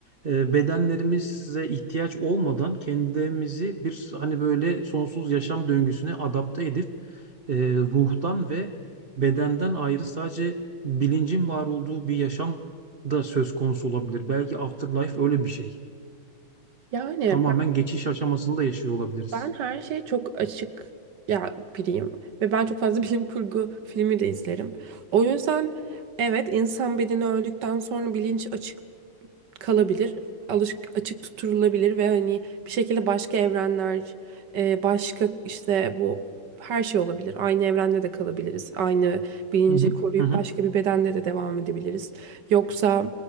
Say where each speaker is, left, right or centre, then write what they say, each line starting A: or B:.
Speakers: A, on the right (about 80°); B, on the right (about 60°).
A: e, bedenlerimize ihtiyaç olmadan kendimizi bir hani böyle sonsuz yaşam döngüsüne adapte edip e, ruhtan ve bedenden ayrı sadece bilincin var olduğu bir yaşam da söz konusu olabilir. Belki afterlife öyle bir şey.
B: Yani.
A: Tamamen geçiş aşamasında yaşıyor olabiliriz.
B: Ben her şeye çok açık ya biriyim ve ben çok fazla <laughs> bilim kurgu filmi de izlerim. O yüzden evet insan bedeni öldükten sonra bilinç açık kalabilir. Alış açık tutturulabilir ve hani bir şekilde başka evrenler, e, başka işte bu her şey olabilir. Aynı evrende de kalabiliriz. Aynı bilinci
A: Hı hı.
B: koruyup
A: Hı hı.
B: başka bir bedende de devam edebiliriz. Yoksa